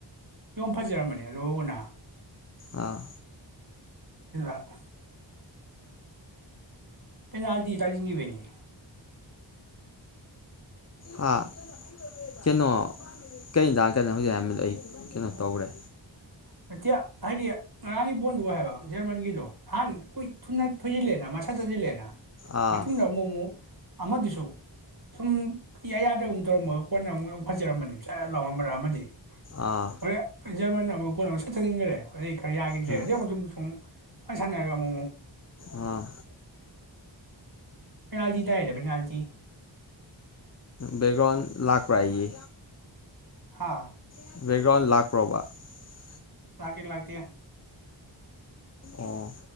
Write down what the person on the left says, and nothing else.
ꯑꯥ
ꯍꯥꯥ ꯀꯩꯅꯣ ꯀꯩꯗ ꯀꯩꯅꯣꯒꯤꯖ ꯑꯩ ꯀꯩꯅꯣ ꯇꯧꯔꯦ
ꯑꯥ
ꯑꯥ
ꯎꯝ
ꯑꯥ
ꯕꯦꯛꯒꯔꯥꯟ ꯂꯥꯛꯄ꯭ꯔꯥ ꯑꯩꯒꯤ
<unintelligible>
ꯑꯣ